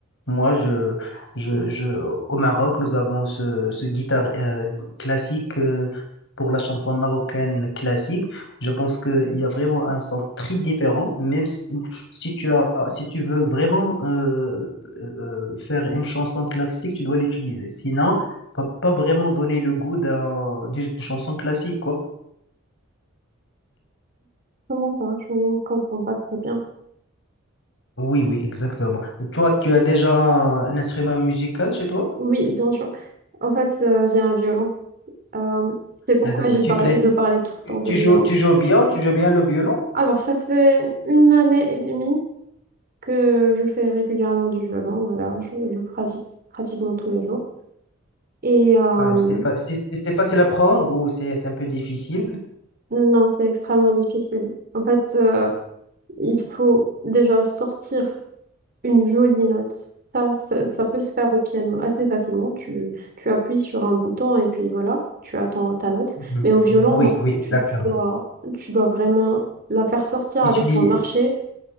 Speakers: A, on the left; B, on the right.
A: Moi, je, je, je, au Maroc, nous avons ce, ce guitare euh, classique euh, pour la chanson marocaine classique. Je pense qu'il y a vraiment un son très différent, même si, si tu as, si tu veux vraiment euh, euh, faire une chanson classique, tu dois l'utiliser. Sinon, va pas vraiment donner le goût d'un- d'une chanson classique, quoi.
B: Comment ça? Je ne comprends pas très bien.
A: Oui, oui, exactement. Toi, tu as déjà un, un instrument musical chez toi?
B: Oui, bien sûr. En fait, euh, j'ai un violon. Euh, c'est pourquoi
A: Ah, d'accord.
B: j'ai
A: Tu
B: parlé,
A: plais,
B: je parlais tout le temps
A: tu,
B: de
A: tu
B: violon.
A: joues, tu joues bien, tu joues bien le violon?
B: Alors, ça fait une année et demie que je fais régulièrement du violon. Voilà, je, je pratique pratiquement tous les jours. Et euh,
A: Alors, c'est fa- c'est c'est- c'est facile à prendre ou c'est c'est un peu difficile?
B: non, c'est extrêmement difficile. En fait, euh, il faut déjà sortir une jolie note. Ça, ça, ça peut se faire au piano assez facilement. Tu, tu appuies sur un bouton et puis voilà, tu attends ta note.
A: Mhm.
B: Mais au violon,
A: Oui,
B: non.
A: oui, exactement.
B: Tu, tu dois, tu dois vraiment la faire sortir
A: Et
B: avec
A: tu y-
B: ton archet